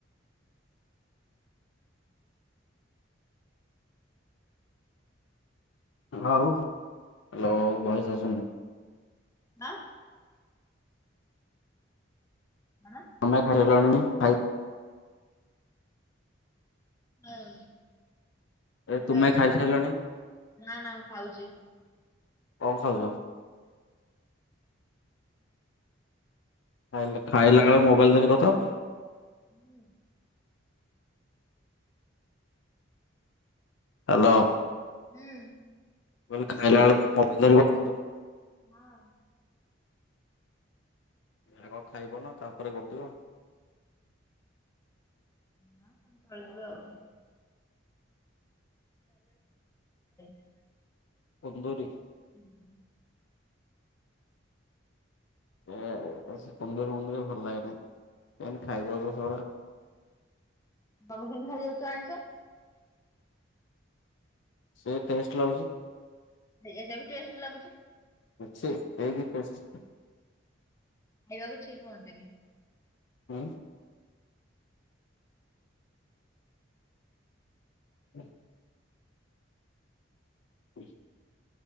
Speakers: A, on the left; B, on the left.
A: ଆଉ ହ୍ୟାଲୋ ଭଏସ ଆସୁନି।
B: ନା। ହାଁ।
A: ତମେ ଖାଇଲଣି ଖାଇ
B: ହଁ ହେଲୋ
A: ତୁମେ ଖାଇସାରିଲଣି
B: ନା ନା ମୁଁ ଖାଉଛି।
A: କଣ ଖାଉଛ? ଖାଇଲେ ଖାଇଲାବେଳେ ମୋବାଇଲ ଧରି କଥା ହବ।
B: ହୁଁ।
A: ହ୍ୟାଲୋ।
B: ହୁଁ।
A: ମୁଁ କହିଲି ଖାଇଲାବେଳେ କଣ ମୋବାଇଲ ଧରି ଗପୁଛୁ।
B: ହଁ।
A: ଆଗ ଖଇଦେଉନ ତା ପରେ ଗପିବ।
B: ନା ଚଳିବ ଆଉ <unintelligible>
A: କୁନ୍ଦୁରି।
B: ହୁଁ।
A: ଏ ସେ କୁନ୍ଦୁରି ମୁନ୍ଦୁରି ଭଲ ଲାଗେନାହିଁ କେମିତି ଖାଇଯାଉଛ ସେ ଗୁରା।
B: ତମେ କେମିତି ଖାଇ ଯାଉଛ ଆଇଁସ।
A: ସେ ଟେଷ୍ଟ ଲାଗୁଛି।
B: ଏଇଟା ବି ଟେଷ୍ଟ ଲାଗୁଚି।
A: <unintelligible>
B: ଭଲ ଲାଗୁଛି କୁହନ୍ତିନି।
A: ହଁ ହୁଁ ହ